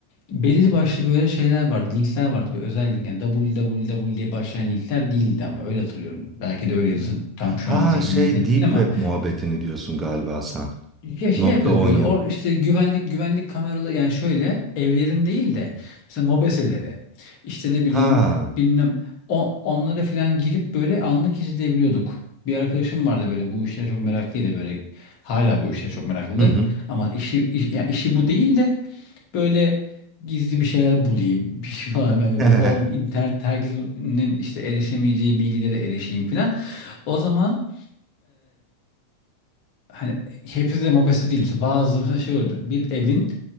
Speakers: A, on the left; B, on the right.
A: belli başlı böyle şeyler vardı linkler vardı böyle özel link yani www diye başlayan linkler değildi ama öyle hatırlıyorum. Belki de öyleydi tam şu
B: Ha
A: an zihnimde
B: şey
A: net
B: deep
A: değil
B: web
A: ama
B: muhabbetini diyorsun galiba sen.
A: Ya şey
B: Nokta
A: yapıyoruz
B: onion.
A: böyle or işte güvenlik güvenlik kameralı yani şöyle evlerin değil de mesela mobeselere işte ne bileyim
B: Ha.
A: bilmem o, onlara falan girip böyle anlık izleyebiliyorduk. Bir arkadaşım vardı böyle bu işlere çok meraklıydı böyle hala bu işlere çok meraklıdır
B: Hı hı.
A: ama işi iş, yani işi bu değil de böyle gizli bir şeyler bulayım <laughs> bir şey falan böyle,
B: <laughs>
A: böyle ol, internet herkesin işte erişemeyeceği bilgilere erişeyim falan. O zaman hani hepsi de mobese değil. Mesela bazı mesela şey oluyor. Bir evin